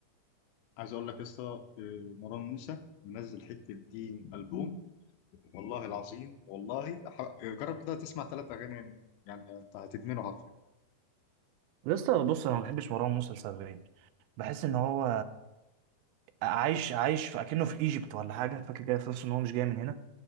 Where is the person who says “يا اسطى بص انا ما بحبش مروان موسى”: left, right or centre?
Right